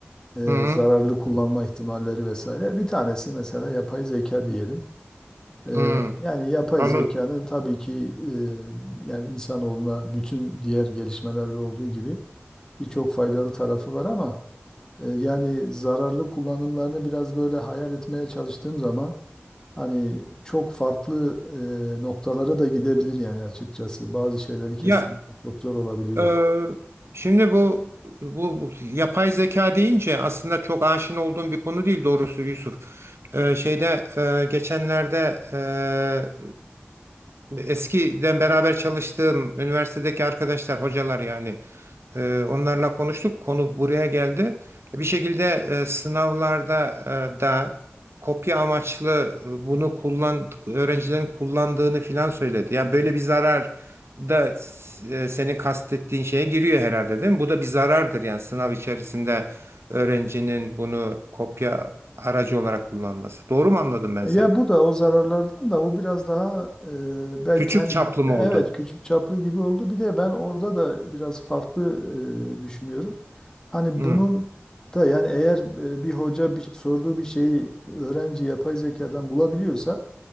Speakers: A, on the left; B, on the right.
A: E,
B: hı,
A: Zararlı kullanma ihtimalleri vesaire. Bir tanesi mesela yapay zeka diyelim. E,
B: hı.
A: Yani yapay
B: Anladım.
A: zekanın tabii ki e, yani insanoğluna bütün diğer gelişmelerde olduğu gibi birçok faydalı tarafı var ama e, yani zararlı kullanımlarını biraz böyle hayal etmeye çalıştığım zaman Hani çok farklı e, noktalara da gidebilir yani açıkçası. Bazı şeyleri kesinlikle
B: Ya
A: çok zor olabiliyor.
B: e, şimdi bu, bu bu yapay zeka deyince aslında çok aşina olduğum bir konu değil doğrusu Yusuf. E, şeyde e, geçenlerde e, Eskiden beraber çalıştığım üniversitedeki arkadaşlar, hocalar yani e, onlarla konuştuk. Konu buraya geldi. Bir şekilde e, sınavlarda e, da kopya amaçlı e, bunu kullan öğrencilerin kullandığını filan söyledi. Yani böyle bir zarar da e, senin kastettiğin şeye giriyor herhalde değil mi? Bu da bir zarardır yani sınav içerisinde öğrencinin bunu kopya aracı olarak kullanması. Doğru mu anladım ben
A: Ya
B: seni?
A: bu da o zararlardan da bu biraz daha e, belki
B: Küçük
A: hani
B: çaplı mı
A: evet
B: oldu?
A: küçük çaplı gibi oldu. Bir de ben orada da biraz farklı e, düşünüyorum. Hani
B: Hı,
A: bunun da yani eğer e, bir hoca bir, sorduğu bir şeyi öğrenci yapay zekadan bulabiliyorsa